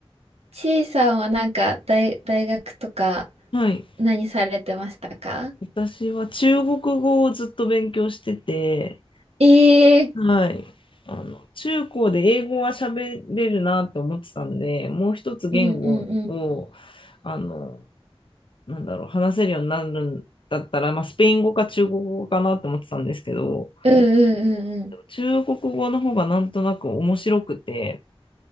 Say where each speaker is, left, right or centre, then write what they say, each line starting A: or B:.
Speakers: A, on the right; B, on the left.
A: ちいさんはなんか大、大学とか
B: はい。
A: 何されてましたか
B: 私は中国語をずっと勉強してて、
A: ええー
B: はい。あの、中高で英語は喋れるなって思ってたんで、もう一つ言語を、
A: うんうんうん。
B: あの、なんだろう、話せるようになるんだったら、まあ、スペイン語か中国語かなって思ってたんですけど、
A: うんうんうんう
B: 中国語の方がなんとなく面白くて、